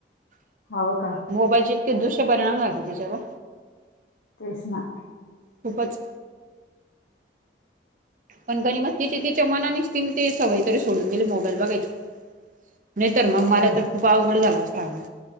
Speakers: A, on the left; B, on the right.
A: हो का
B: मोबाईलचे इतके दुष्य परिणाम झालते तेच्यावर.
A: तेच ना.
B: खूपच. पण गणीमा तिची मनानेच ती मी ते सवय तरी सोडून दिली मोबाईल बघायची. नाही तर मग
A: चांगलं
B: मला तर खूप अवघड झाला असत अगं.